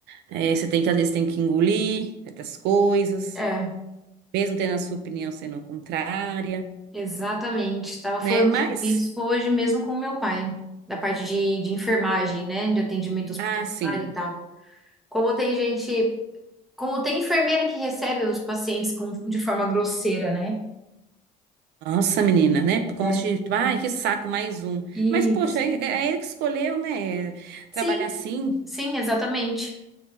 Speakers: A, on the right; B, in the centre.
A: é, você tem que, às vezes, tem que engolir certas coisas,
B: É,
A: mesmo tendo a sua opinião sendo contrária,
B: exatamente. Estava
A: né?
B: falando
A: Mas,
B: sobre isso hoje mesmo com meu pai, da parte de, de enfermagem, né? De atendimento hospitalar
A: ah, sim.
B: e tal. Como tem gente, como tem enfermeira que recebe os pacientes com, de forma grosseira, né?
A: Nossa, menina, né?
B: É.
A: Como se, ai, que saco, mais um.
B: Isso.
A: Mas, poxa, é, é ele que escolheu, né?
B: Sim,
A: Trabalhar assim.
B: sim, exatamente.